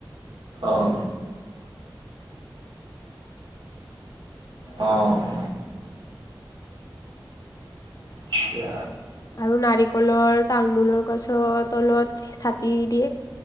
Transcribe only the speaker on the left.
আৰু নাৰিকলৰ, তাৰমোলৰ গছৰ তলত চাকি দিয়ে।